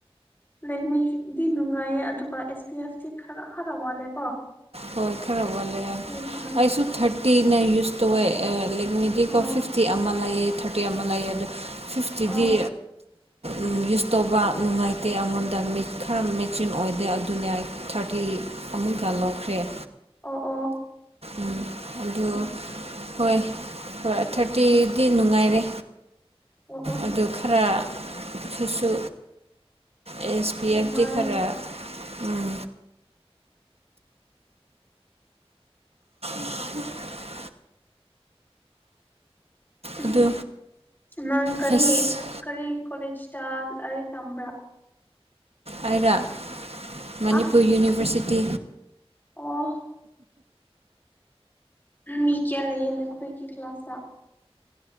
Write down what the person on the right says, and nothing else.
ꯍꯣꯏ ꯈꯔ ꯋꯥꯠꯂꯦ
ꯑꯩꯁꯨ ꯊꯥꯔꯇꯤꯅꯦ ꯌꯨꯁ ꯇꯧꯋꯦ ꯂꯦꯛꯃꯤ
ꯒꯤꯀꯣ ꯐꯤ ꯇꯤ ꯑꯃ ꯂꯩꯌ‌ꯦ ꯊꯥꯔꯇꯤ ꯑꯃ ꯂꯩꯌꯦ ꯑꯗꯨ ꯐꯤꯞꯇꯤꯗꯤ
ꯎꯝ ꯌꯨꯁ ꯇꯧꯕ ꯅꯨꯡꯉꯥꯏ ꯇꯦ ꯑꯉꯣꯟꯗ ꯈꯔ ꯃꯦꯆꯤꯡ ꯑꯣꯏꯗꯦ ꯑꯗꯨꯅ ꯑꯩ ꯊꯥꯔꯇꯤ ꯑꯃꯨꯛ ꯂꯧ ꯈꯔ‌ꯦ
ꯎꯝ ꯑꯗꯨ ꯍꯣꯏ ꯍꯣꯏ ꯊꯥꯔꯇꯤꯗꯤ ꯅꯨꯡꯉꯥꯏꯔꯦ
ꯑꯗꯨ ꯈꯔꯥ ꯀꯩꯁꯨ ꯑꯦꯁ ꯄꯤ
ꯐꯦꯞꯇꯤ
ꯈꯔ ꯎꯝ <unintelligible>
ꯑꯗꯨ
ꯐꯁ
ꯑꯩꯔ‌ꯣ ꯃꯅꯤꯄꯨꯔ
ꯌꯨꯅꯤꯚꯔꯁꯤꯇꯤ